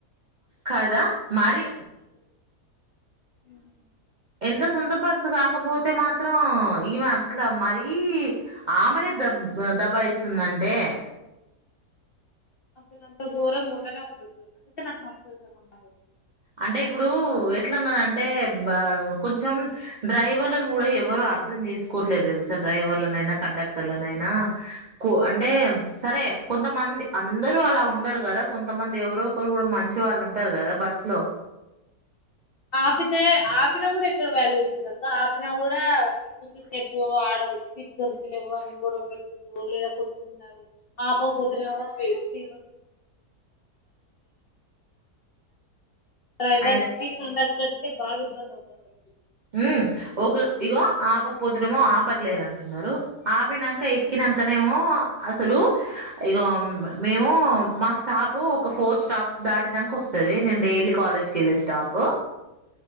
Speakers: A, on the right; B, on the left.
A: కదా మరి
B: హ్మ్
A: ఎంత సొంత బస్సు కాకపోతే మా మాత్రం ఈమె అట్ల మరీ ఆమెనే దబ్ దబ ఇస్తుందంటే
B: అసలు అంత ఘోరంగుండనే ఉండద్దు అందుకే నాకు నచ్చదు సగం మానర్స్
A: అంటే ఇప్పుడు ఎట్లున్నదంటే కొంచెం డ్రైవర్లను కూడ ఎవరు అర్థం చేసుకోట్లేదు తెలుస డ్రైవర్లనైనా కండక్టర్లనైనా అంటే సరే కొంతమంది అందరు అలా ఉండరు కదా కొంతమంది ఎవరో ఒకరు కూడ మంచి వాళ్ళు ఉంటారు కదా బస్సు లో
B: ఆపితే ఆపిన కూడ ఎక్కడ వాల్యూ ఇస్తున్నారుక్క ఆపిన కూడ ఇంతసేపు ఆడ దొరికతలేవు అని గొడవ పెడుతు లేదా కొట్టుకుంటారు ఆపాకపోతే నేమో సి డ్రైవర్స్
A: అయితే
B: కి <inaudible>
A: ఉ ఒక ఇగో ఆపకపోతున్నామో ఆపట్లేద అంటున్నారు ఆపినంక ఎక్కిన ఇంకనేమో అసలు ఇగ మేము మా స్టాప్ ఒక ఫోర్ స్టాప్ దాటే <unintelligible> వస్తది నేను రోజు కాలేజీ కెళ్ళే స్టాప్